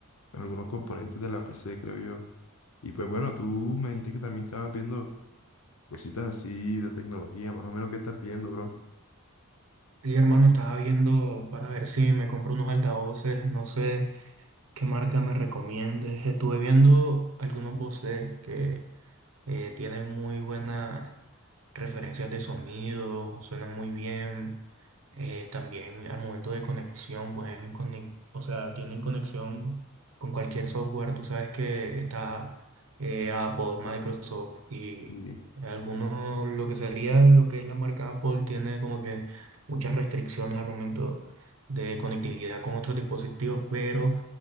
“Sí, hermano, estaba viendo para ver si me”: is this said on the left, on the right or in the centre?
Right